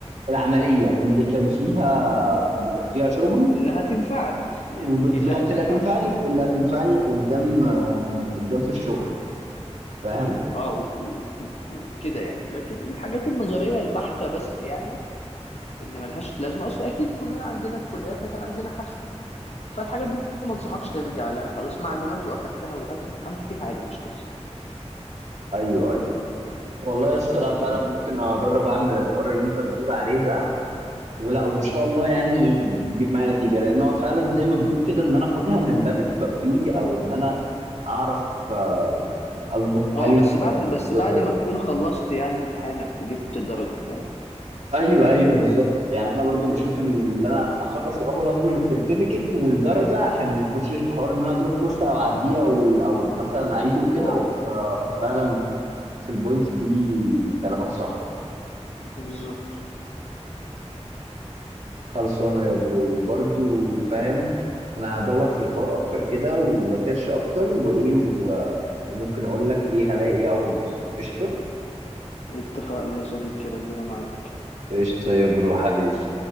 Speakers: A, on the right; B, on the left.
A: العمليه اللي كان فيها
B: مم.
A: اللي كان فيها شغل
B: اللي هتنفعك يعني
A: وبالظبط
B: ايه اللي هتنفعك
A: اللي هتنفعني اللي هتنفعني قدام آه، قدام في الشغل فاهم
B: اه وف- وف- وف- وكده يعني لكن الحاجات النظريه البحته بس يعني ان ملهاش لازمه اصل اكيد كلنا عندنا في كلياتنا كان عندنا حشو فالحاجات دي ما انصحكش ترجع لها خلاص معلومات واخدتها ودخلت امتحنت فيها عادي مش قصه
A: ايوه ايوه والله يا اسطى
B: فهمتني
A: لا فعلا ممكن اجرب اعمل الحوار اللي انت بتقول عليه ده ولا وان شاء الله يعني يجيب معايا نتيجه لان هو فعلا زي ما بتقول كده ان انا اخدها من باب الترفيه او ان انا اعرف آه، يعني اظبط حالي
B: اه بس
A: في
B: بعد بس
A: في موضوع
B: بعد
A: زي ده
B: ما تكون خلصت يعني امتحانك وجبت الدرجه فاهم
A: ايوه ايوه بالظبط يعني انا برضو بشوف ان اللي انا اخلص الاول اضمن السيرتيفيكت والدرجه عشان ما اخشش في حوار ان انا ادروب كورس او اعديه او ال- او مثلا اعيده وكده
B: اه
A: ف- ففعلا في البوينت دي كلامك صح
B: بالظبط
A: خلصانه يا برو وبرضو فاهم انا هدور في الحوار اكتر كده واسيرش اكتر وايه و- وممكن اقول لك ايه هلاقي ايه اول ما اوصل قشطه
B: اتفقنا يا صديقي ربنا معاك
A: قشطه يا برو حبيبي